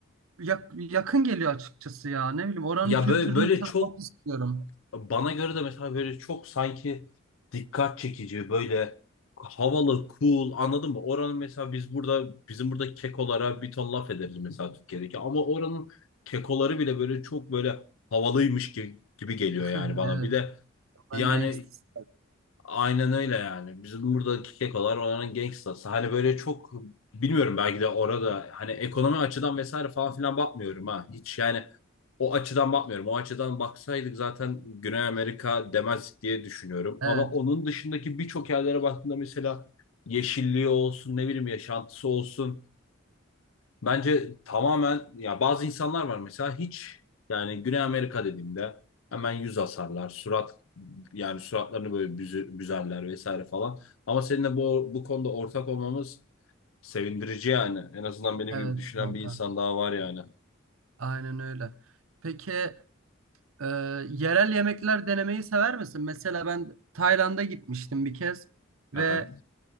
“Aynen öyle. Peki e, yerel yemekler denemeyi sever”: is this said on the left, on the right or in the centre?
Right